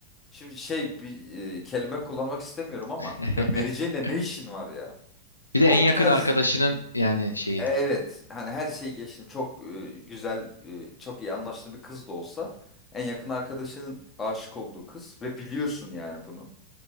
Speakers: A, on the left; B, on the left.
A: şimdi şey bir e, kelime kullanmak istemiyorum ama
B: <laughs>
A: ya Mary Jane'le ne işin var ya?
B: Bir de
A: O
B: en yakın
A: tarz
B: arkadaşının yani şeyi.
A: e, evet hani her şeyi geçtim çok e, güzel e, çok iyi anlaştığı bir kız da olsa en yakın arkadaşının aşık olduğu kız ve biliyorsun yani bunu.